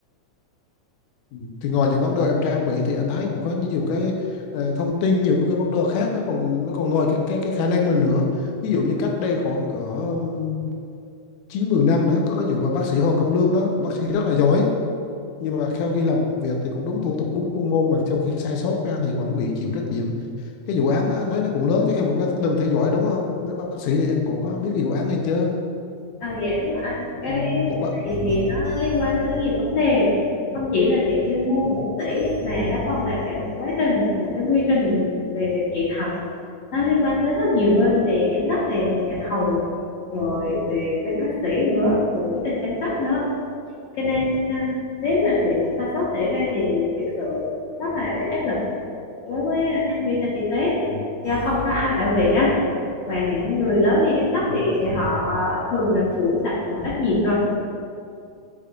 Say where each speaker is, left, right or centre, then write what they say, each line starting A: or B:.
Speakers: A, on the left; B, on the left.
A: Ừ. Thì ngoài những vấn đề em trang bị thì anh thấy cũng có nhiều cái ờ, thông tin nhiều cái vấn đề khác nó còn nó còn ngoài cái cái cái khả năng mình nữa ví dụ như cách đây khoảng cỡ um, chín mười năm đó có cái vụ mà bác sĩ Hoàng Công Lương đó một bác sĩ rất là giỏi nhưng mà sau khi làm việc thì cũng đúng thủ tục đúng chuyên môn mà sau khi sai sót ra thì vẫn bị chịu trách nhiệm cái vụ án đó anh thấy nó cũng lớn chứ em cũng có đừng theo dõi đúng không nếu bác sĩ thì em cũng có biết cái vụ án này chứ
B: À, dạ đúng rồi anh
A: Ừ,
B: cái vụ
A: một bác
B: này
A: ừ.
B: thì nó liên quan tới nhiều vấn đề không chỉ là về chuyên môn
A: Ừ.
B: của bác sĩ mà nó còn là cả một quá trình một cái quy trình về việc trị thận nó liên quan tới rất nhiều bên về giám đốc này về nhà thầu rồi về bên bác sĩ nữa rồi quá trình chăm sóc nữa cho nên à, nếu mà bị một sai sót xảy ra thì thực sự rất là gây áp lực đối với à, nhân viên ngành y tế
A: Ừ.
B: do không có ai bảo vệ á và những người lớn như giám đốc
A: Ừ.
B: thì họ thường là phủi sạch mọi trách nhiệm rồi